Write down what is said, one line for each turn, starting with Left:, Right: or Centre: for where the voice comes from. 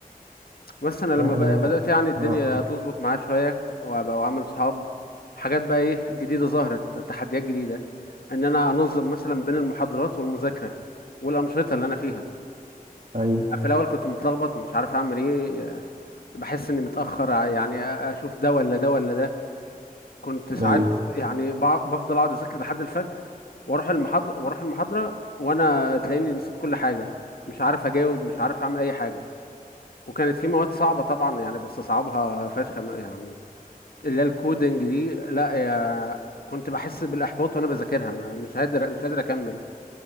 Left: بس انا لما
Right: يعني
Left: ب-
Right: انا
Left: بدأت يعني الدنيا
Right: اه
Left: تظبط معايا شوية وابقى وعامل صحاب حاجات بقى ايه جديدة ظهرت تحديات جديدة ان انا انظم مثلا بين المحاضرات والمذاكرة والأنشطة اللي انا فيها
Right: ايوه
Left: في الاول كنت متلخبط مش عارف اعمل ايه بحس اني متاخر ع- يعني اشوف ده ولا ده ولا ده كنت ساعات
Right: ايوه
Left: يعني بع- بفضل اقعد اذاكر لحد الفجر واروح المحاضره واروح المحاضره وانا تلاقيني نسيت كل حاجه مش عارف اجاوب مش عارف اعمل اي حاجه وكانت في مواد صعبه طبعا يعني بستصعبها فشخ يعني اللي هي الكودنج دي لا يا كنت بحس بالاحباط وانا بذاكرها ما- مش قادر مش قادر اكمل